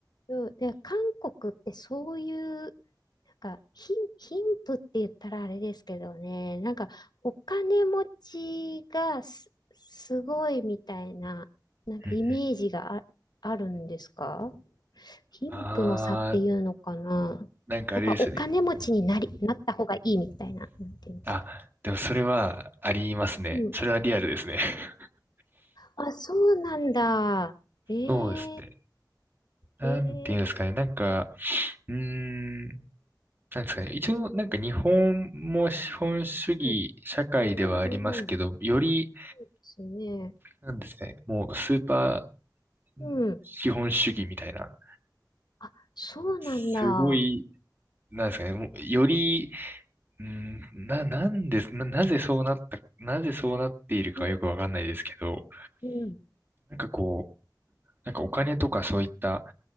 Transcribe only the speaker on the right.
うんうん。
あー、なんかあれですよね。
あ、でもそれはありますね。
それはリアルですね。<laughs>
そうですね。なんていうんですかね。
なんか、うーん。なんですかね。一応、なんか日本も資本主義社会ではありますけど、
より、
なんですかね、もうスーパー資本主義みたいな、
すごい、なんですかね、もうより、うん、な、なんです、な、なぜそうなった、なぜそうなっているかよくわかんないですけど、
なんかこう、なんかお金とかそういった、